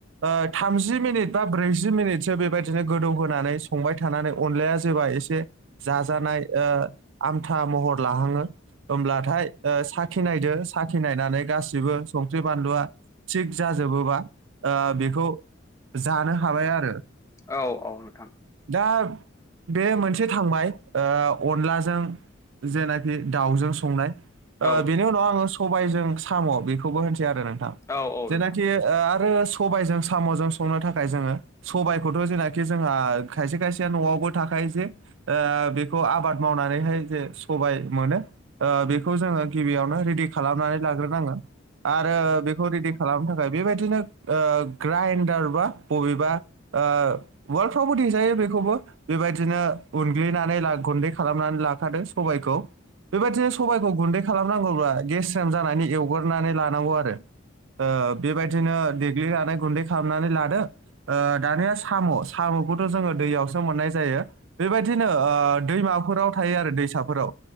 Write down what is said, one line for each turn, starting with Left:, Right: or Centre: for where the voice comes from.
Right: ओ थामजि मिनिट बा ब्रैजि मिनिटसो बेबायदिनो गोदौ होनानै संबाय थानानै अनलाया जेबा एसे से जाजानाय ओ आमथा महर लाहङो होमब्लाथाय ओ साखि नायदो साखि नायनानै गासैबो संख्रि बानलुआ थिग जाजोबोबा ओ बेखौ जानो हाबाय आरो
Left: औ औ नोंथां
Right: दा बे मोनस से थांबाय ओ‌ अनलाजों जेनाखि दाउजों संनाय। ओ
Left: औ
Right: बेनि उनाव आङो सबायाइजों साम' बेखौबो होनसै आरो नोंथां
Left: औ औ
Right: जेनाखि
Left: नोंथां
Right: ओ आरो सबायजों साम'जों संनो थाखाय जोङो सबायाइखौथ' जेनाखि जोंहा खायसे खायसेया न'आवबो थाखायो जे ओ बेखौ आबाद मावनानैहाय जे सबाय मोनो ओ बेखौ जोङो गिबियावनो रेडि खालामनानै लाग्रोनांगोन। आरो बेखौ रेडि खालामनो थाखाय बेबायदिनो ओ ग्राइडार बा बबेबा ओ उआडफ्रावबो देजायो बेखौबो बेबायदिनो उनग्लिनानै ला गुन्दै खालामनानै लाखादों सबायखौ बेबायदिनो सबबायखौ गुन्दै खालामनांगौब्ला एवग्रनानै लानांगौ आरो। ओ बेबायदिनो देग्लिनानै गुन्दै खालामनानै लादो ओ दानिया साम' साम'खौथ' जोङो दैयावसो मोननाय जायो बेबायदिनो। ओ दैमाफोराव थायो आरो दैसाफ फोराव